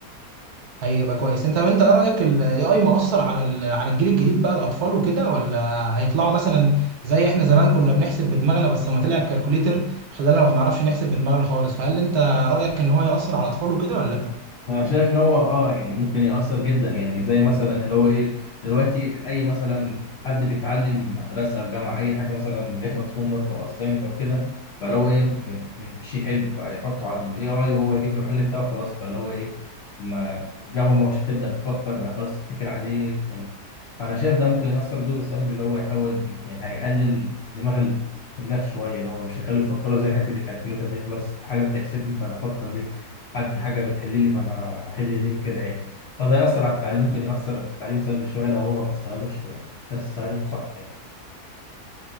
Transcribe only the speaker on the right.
هيبقى كويس انت طب انت ايه رايك الاي اي مؤثر على ال- على الجيل الجديد بقى الاطفال وكده ولا هيطلعوا مثلا زي احنا زمان كنا بنحسب بدماغنا بس لما طلع الكالكوليتر خلانا ما بنعرفش نحسب بدماغنا خالص فهل انت رايك ان هو هيأثر على الاطفال وكده ولا
لا